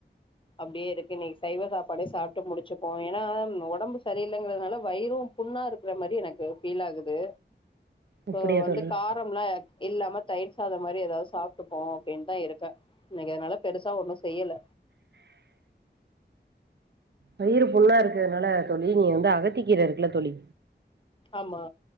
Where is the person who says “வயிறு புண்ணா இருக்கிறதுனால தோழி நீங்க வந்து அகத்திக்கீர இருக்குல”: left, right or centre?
Right